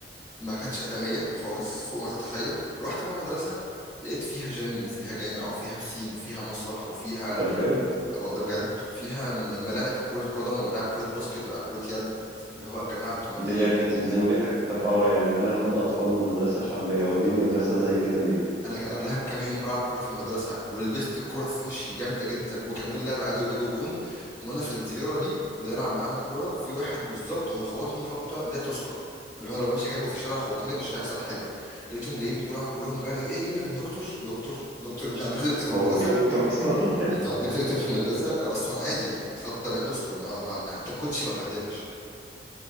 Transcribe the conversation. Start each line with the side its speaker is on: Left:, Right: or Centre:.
Left: ما كانتش ادميه خالص فوق ما تتخيل رحت بقى مدرسه لقيت فيها جيم وفيها جامع وفيها بسين وفيها مسرح وفيها
Right: ده بجد
Left: أو ده بجد فيها م- ملاعب كره قدم وملاعب كره باسكت ملاعب كره يد اللي هو يا جماعه انتوا مدينا
Right: طب يعني
Left: هنا ليه
Right: بذمتك طب اه يعني انا اخد اطفال من مدرسه شعبيه واديهم مدرسه زي كده ليه
Left: انا كان قبلها بكام يوم بلعب كوره في المدرسه ولبست الكوره في وشي جامده جدا وكملوا لعب عادي وجابوا جون وانا في الزياره دي بنلعب معاهم كوره في واحد بالظبط هو خبطني خبطه لا تذكر اللي هو لو ماشي جنبه في الشارع وخبطها لي مش هيحصل حاجه لقيتهم جايين من كل واحد كلهم جري ايه نجيب لك الدكتور دكتور دكتور انت عندك دكتور في
Right: هو
Left: المدرسه
Right: في دكتور اصلا
Left: انت عندك دكتور في المدرسه آه، اصلا عادي يعني خبطه لا تذكر ما ما- ما- حتى الكوتشي ما بهدلش